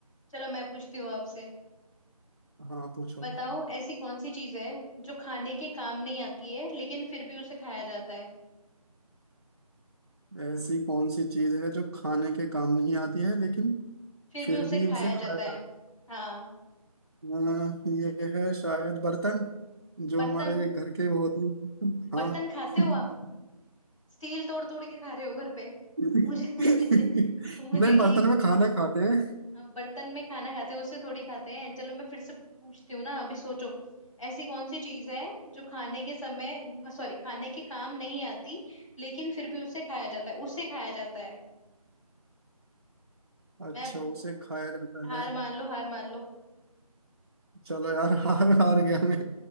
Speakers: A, on the left; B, on the right.
A: चलो मैं पूछती हूँ आपसे
B: हाँ पूछो
A: बताओ ऐसी कौन सी चीज है जो खाने के काम नहीं आती है लेकिन फिर भी उसे खाया जाता है
B: ऐसी कौन सी चीज है जो खाने के काम नहीं आती है लेकिन
A: फिर
B: फिर
A: भी उसे
B: भी
A: खाया
B: उसे खाया
A: जाता है
B: जाता है?
A: हाँ
B: अ, ये है शायद बर्तन जो
A: बर्तन
B: हमारे घर के वो होते हैं
A: बर्तन
B: हाँ
A: खाते
B: <laughs>
A: हो आप स्टील तोड़ तोड़ के खा रहे हो घर पे
B: नहीं
A: मुझे <laughs> मुझे ये
B: बर्तन में खाना खाते हैं
A: बर्तन में खाना खाते हैं उसे थोड़ी खाते हैं चलो मैं फिर से पूछती हूँ ना अभी सोचो ऐसी कौन सी चीज है जो खाने के समय सॉरी खाने के काम नहीं आती लेकिन फिर भी उसे खाया जाता है उसे खाया जाता है
B: अच्छा
A: मैं अब-
B: उसे खाया जाता
A: हार
B: है
A: मान लो हार मान लो
B: चलो यार हार हार गया मैं